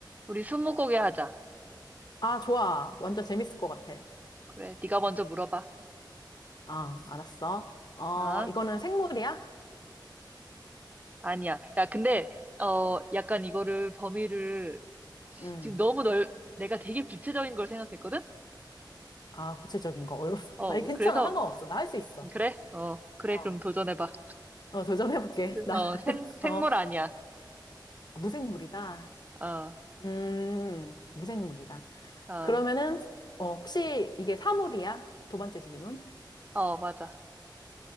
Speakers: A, on the right; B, on the left.
A: 우리 스무고개 하자.
B: 아, 좋아. 완전 재밌을 것 같아.
A: 그래, 네가 먼저 물어봐.
B: 아, 알았어. 어,
A: 아,
B: 이거는 생물이야?
A: 아니야. 야, 근데 어, 약간 이거를 범위를
B: 음.
A: 지금 너무 넓, 내가 되게 구체적인 걸 생각했거든?
B: 아, 구체적인 거. 어려워. <laughs>
A: 어,
B: 아니, 괜찮아.
A: 그래서
B: 상관없어. 나 할 수 있어.
A: 그래, 어, 그래,
B: 어,
A: 그럼 도전해봐.
B: 어, 도전해볼게. <laughs> 나는,
A: 어, 생, 생물
B: 어,
A: 아니야.
B: 무생물이다.
A: 어,
B: 음, 무생물이다.
A: 어,
B: 그러면은, 어, 혹시 이게 사물이야? 두 번째 질문.
A: 어, 맞아.